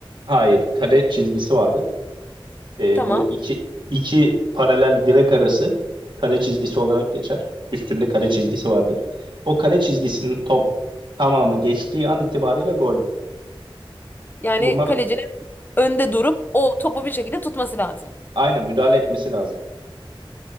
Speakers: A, on the right; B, on the left.
A: Hayır, kale çizgisi vardı. E,
B: Tamam.
A: bu iki, iki paralel direk arası kale çizgisi olarak geçer. Üstünde kale çizgisi vardır. O kale çizgisinin top tamamı geçtiği an itibariyle goldür.
B: Yani
A: Bunlar
B: kalecinin önde durup o topu bir şekilde tutması lazım.
A: aynen müdahale etmesi lazım.